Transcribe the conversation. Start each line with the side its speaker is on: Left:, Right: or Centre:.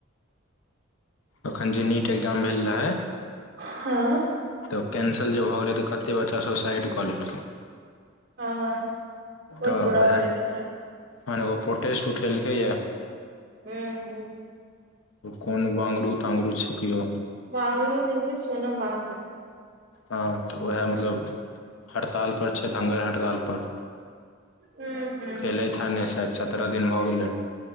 Left: अखन जे नीट ए्जाम भेल रहै।
Right: हँ
Left: तऽ' कैंसल जे भऽ' गेलै तऽ'कते बच्चा सब साइड किन
Right: बहुत
Left: तऽ'उएह
Right: बुरा भेलै बच्चा के
Left: मने ओ प्रोटेस्ट उठेलकै य
Right: हू हू
Left: कोन बाङ्गरू ताङ्गरू छैिक यौ
Right: वंगरू न छै सोन वाँंग
Left: हँ तऽ' उएह मतलब हड़तालपर छै धङ्गर हड़तालपर।
Right: हू हू
Left: खेलैत ह ने शायद सत्ररह दिन भऽ' गेलै।